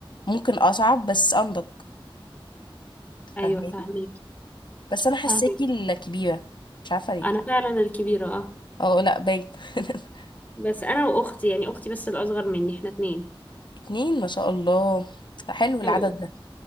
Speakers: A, on the left; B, on the left.
A: ممكن اصعب بس انضج
B: ايوه
A: فاهماني
B: فاهميكي
A: بس انا حاساكي
B: فاهميكي
A: الكبيره مش عارفه ليه
B: انا فعلا الكبيره اه
A: اه لا باين <laughs>
B: بس انا واختي يعني اختي بس الاصغر مني احنا اتنين
A: اتنين ما شاء الله حلو العدد
B: أو
A: ده